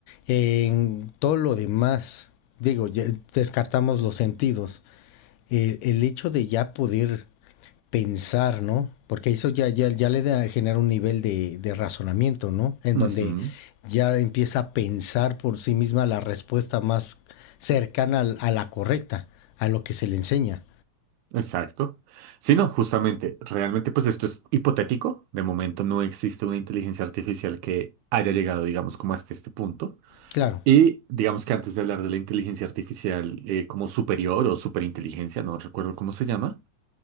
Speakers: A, on the left; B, on the right.
A: eh, en todo lo demás, digo, ya descartamos los sentidos. Eh, el hecho de ya poder pensar, ¿no? Porque eso ya, ya, ya le da, genera un nivel de, de razonamiento, ¿no? En
B: Ujú,
A: donde ya empieza a pensar por sí misma la respuesta más cercana al- a la correcta, a lo que se le enseña.
B: exacto. Sí, no, justamente, realmente pues esto es hipotético. De momento no existe una inteligencia artificial que haya llegado, digamos, como hasta este punto.
A: Claro,
B: Y digamos que antes de hablar de la inteligencia artificial eh, como superior o superinteligencia, no recuerdo cómo se llama,